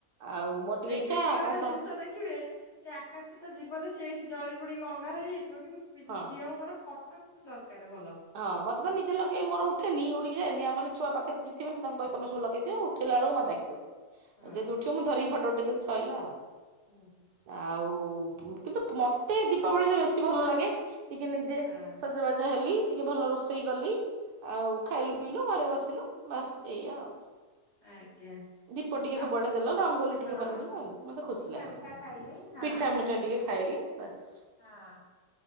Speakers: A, on the right; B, on the left.
A: ଆଉ ମୋର ଟିକେ
B: ଦେଖିବେ
A: ଇଚ୍ଛା
B: ଗୋଟେ
A: ଆକାଶ
B: ଗୋଟେ ଜିନିଷ ଦେଖିବେ ସେ ଆକାଶ ଛତା ଯିବନି ସେଇଠି ଜଳି ପୋଡିକି ଅଙ୍ଗାର ହେଇଯାଇଥିବ କିନ୍ତୁ ପିଲା
A: ହଁ
B: ଲା ଙ୍କର ଫଟୋ କିନ୍ତୁ ଦରକାର ଭଲ।
A: ହଁ ମତେ ତ ନିଜେ ଲଗେଇ ମୋର ଉଠେନି ଉଡିକି ଯାଏନି ଆମ ର ସେ ଛୁଆ ପାଖରେଯିଏ ଥିବ ମୁଁ ତାଙ୍କୁ କହେ ତମେ ସବୁ ଲଗେଇଦିଅ ଆଉ। ଉଠେଇଲା ବେଳକୁ ମତେଡାକିବ
B: ହଁ।
A: ଯଦି ଉଠିବ ମୁଁ ଧରିକି ଫଟୋ ଉଠେଇ ଦେବି ସଇଲା ଆଉ।
B: ହୁଁ।
A: ଆଉ ଫୁ କିନ୍ତୁ ମତେ ଦୀପାବଳିରେ ବେଶୀ ଭଲ ଲାଗେ। ଟିକେ ନିଜେ
B: ହଁ
A: ସଜବାଜ ହେଲି ଟିକେ ଭଲ ରୋଷେଇ କଲି ଆଉ ଖାଇଲୁ ପିଇଲୁ ଘରେ ବସିଲୁ ବାସ୍ ଏଇଆ ଆଉ।
B: ଆଜ୍ଞା।
A: ଦୀପ ଟିକେ
B: ଆଉ
A: ସବୁଆଡେ ଦେଲ ରଙ୍ଗୋଲି
B: ହଁ
A: ଟିକେ ବନେଇଲ ଆଉ ଏମିତି ମତେ ଖୁସି
B: ପିଠା
A: ଲାଗେ
B: ମିଠା ଖାଇଲି ହଁ
A: ପିଠା ମିଠା ଟିକେ ଖାଇଲେ। ବାସ୍।
B: ହଁ ଆଁ।